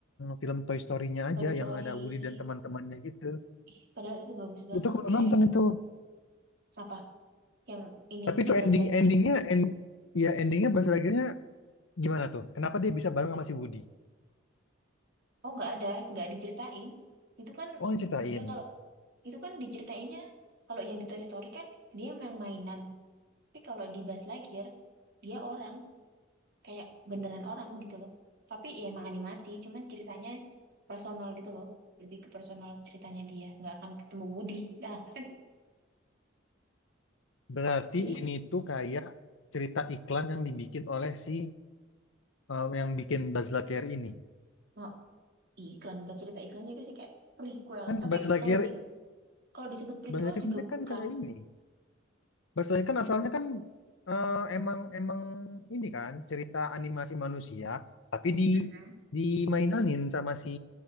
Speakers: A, on the left; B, on the right.
A: film Toy Story-nya aja,
B: Toy Story.
A: yang ada Woody dan teman-temannya gitu.
B: Ih, padahal itu bagus banget
A: Itu aku
B: kayak
A: belum nonton itu.
B: apa? Yang ini,
A: Tapi itu
B: yang
A: ending
B: Buzz Lightyear.
A: endingnya, end, ya endingnya Bas Nagier-nya gimana tuh? Kenapa dia bisa bareng sama si Woody?
B: Oh nggak ada, nggak diceritain. Itu kan
A: Oh, yang ceritain.
B: dia kalau itu kan diceritainnya kalau yang di Toy Story kan dia emang mainan. Tapi kalau di Buzz Lightyear dia orang kayak beneran orang gitu loh tapi ya emang animasi cuman ceritanya personal gitu loh lebih ke personal ceritanya dia nggak akan ketemu Budi <laughs> nggak akan
A: Berarti
B: jadi
A: ini tuh kayak cerita iklan yang dibikin oleh si eh, yang bikin Buzz Lightyear ini.
B: mau iklan nggak cerita iklan juga sih kayak prequel
A: Kan
B: tapi
A: Buzz Lightyear,
B: kalau di kalau disebut prequel
A: Buzz Lightyear
B: juga
A: ini
B: bukan
A: kan kayak ini. Buzz Lightyear kan asalnya kan eh, emang emang ini kan cerita animasi manusia, tapi di
B: Mm-mm.
A: dimainanin sama si